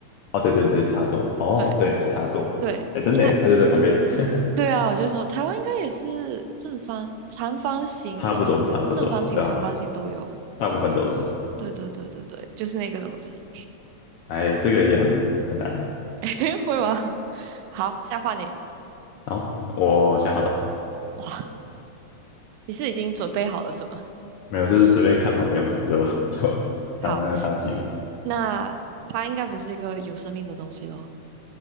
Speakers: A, on the left (about 80°); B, on the right (about 85°).
A: 哦，对对对，插座。哦，
B: 对
A: 对哦，插座。
B: 对，
A: 哎，真的耶，
B: 它
A: 它就在旁边。<laughs>
B: 对啊，我就说台湾应该也是正方、长方形是吗？
A: 差不多，差不多，
B: 正方形、
A: 对啊，
B: 长方形都有。
A: 大部分都是。
B: 对对对对对，就是那个东西，
A: 哎，这个也很很难。
B: <laughs> 会吗？<laughs> 好，下换你。
A: 好，我想好了。
B: 哇，你是已经准备好了是吗？
A: 没有，就是随便看旁边有什么就 <laughs> 就当那个当题目。
B: 好，那它应该不是一个有生命的东西咯。